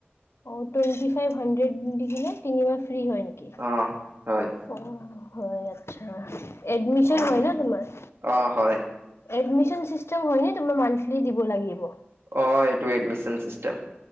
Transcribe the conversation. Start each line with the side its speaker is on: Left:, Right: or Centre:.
Left: অ টুৱেনটি ফাইভ হানড্ৰেড দি দিলে ন তিনিমাহ ফ্ৰী হয় নেকি
Right: অ', হয়,
Left: অহ। হয় আচ্ছা এডমিশন
Right: অ',
Left: হয় ন তোমাৰ?
Right: অ', হয়,
Left: এডমিশন চিষ্টেম হয় ন তোমাৰ মান্থলি দিব লাগিব?
Right: অ এইটো এডমিশন চিষ্টেম।